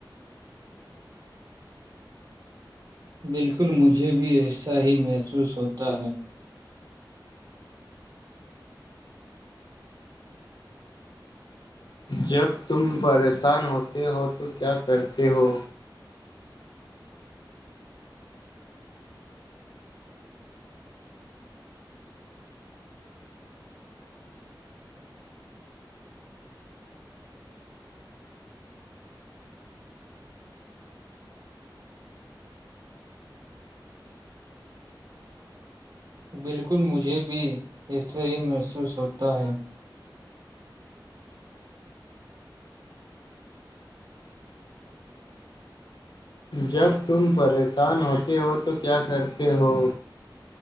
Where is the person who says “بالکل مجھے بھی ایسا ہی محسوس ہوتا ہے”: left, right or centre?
Right